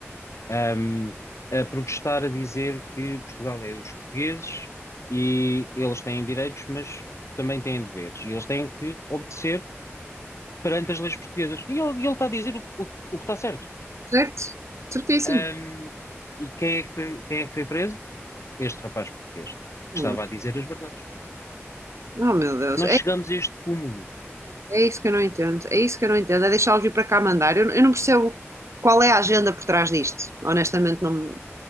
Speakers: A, on the left (about 75°); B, on the right (about 80°).
A: um, a protestar a dizer que Portugal é dos portugueses e eles têm direitos, mas também têm deveres e eles têm que obedecer perante as leis portuguesas. E ele, e ele está a dizer o, o- o que está certo.
B: certo? Certíssimo.
A: Um, e quem é que foi, quem é que foi preso? Este rapaz português, que
B: Oh
A: estava a dizer as verdades.
B: meu Deus,
A: Nós
B: é,
A: chegamos a este cúmulo,
B: é isso que eu não entendo. É isso que eu não entendo. É deixá-los vir para cá mandar. Eu, eu não percebo qual é a agenda por trás disto. Honestamente, não,